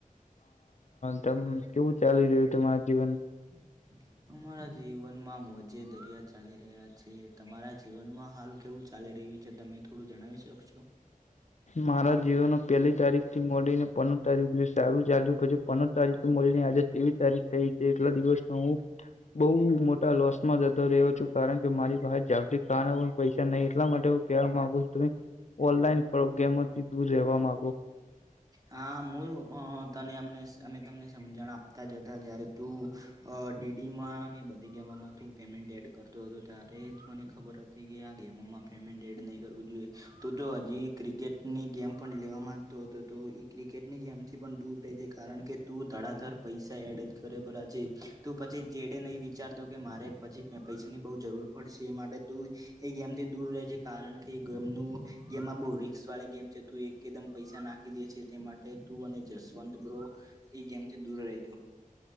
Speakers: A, on the left (about 55°); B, on the right (about 25°).
A: તમ કેવું ચાલી રહ્યું તમારા જીવન.
B: <inaudible> અમારા જીવનમાં મોજે દરિયા ચાલી રહ્યા છે તમારા જીવનમાં હાલ કેવું. ચાલી રહ્યું છે તમે થોડું જણાવી શકશો.
A: મારા જીવન પહેલી તારીખ થી મળડીને પંદર તારીખ સારું ચાલ્યું પછી પંદર તારીખ થી મળડીને આજે. એવી તારીખ થઈ છે એટલા દિવસમાં હું બઉ મો. સમાં જતો રહ્યો છું કારણ કે મારી પાસે જાગતીિક કાર પૈસા નહીં એટલા માટે હું કહેવા માંગુ છુ. ત ઓનલાઈન ગેમથી દૂર રહેવા માંગો.
B: હા હું તને અમને અમે તમને સમજણ આપતા જ હતા જયારે તું. અ ડીડી માં ને બધી ગવામાં તું પેમેન્ટ એડ કરતો હતો ત્યારે જ મને ખબર હતી. કે આ ગેમોમાં પેમેન્ટ એડ નહીં કરવું જોઈએ તો જો હજી ક્રિકેટની ગેમ પણ લેવા માંગતો હતો. તો એ ક્રિકેટની ગેમથી પણ દૂર રજ કારણ કે તું ધડાધાર પૈસા એડ જ કરે ભરા છે. તું પછી ચેડે નહીં વિચારતો કે મારે પછી પૈસાની બહુ જરૂર પડશે એ માટે તું. એ ગેમથી દૂર રહે છે કારણ કે ગેમ ન ગેમમાં બહુ રિક્સ વાળી ગેમ છે તું એકદમ પૈસા નાખ. દે છે તે માટે તું અને જસવંત બ્રો એ ગેમ થી દૂર રહીજો.